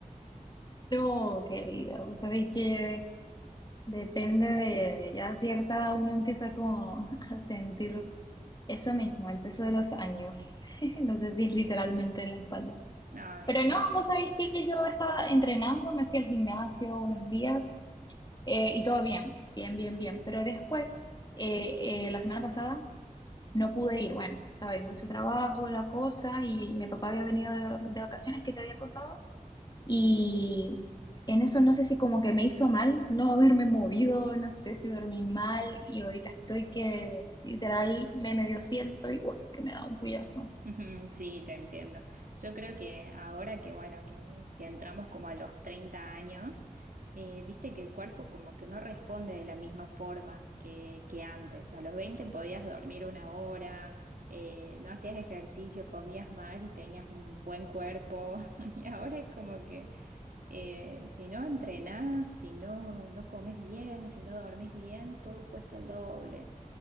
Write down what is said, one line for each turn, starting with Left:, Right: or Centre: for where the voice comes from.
Left: No, querida, vos sabéis que depende de ya cierta edad uno empieza como <laughs> a sentir eso mismo, el peso de los años. <laughs> No sé si es literalmente en la espalda.
Right: Ay,
Left: Pero
Right: sí.
Left: no, vos sabéis que yo estaba entrenando, me fui al gimnasio unos días eh, y todo bien, bien, bien, bien. Pero después, eh, eh, la semana pasada No pude ir, bueno, sabéis, mucho trabajo, la cosa, y mi papá había venido de, de vacaciones que te había contado, y en eso no sé si como que me hizo mal no <laughs> haberme movido, no sé si dormí mal, y ahorita estoy que literal me medio siento y uy, que me da un puyazo.
Right: Ujú, Sí, te entiendo. Yo creo que ahora que, bueno, que, que entramos como a los 30 años, eh, viste que el cuerpo como que no responde de la misma forma que, que antes. A los 20 podías dormir una hora, eh, no hacías ejercicio, comías mal y tenías un buen cuerpo. <laughs> Y ahora es como que eh, si no entrenás, si no, no comes bien, si no dormís bien, todo cuesta el doble.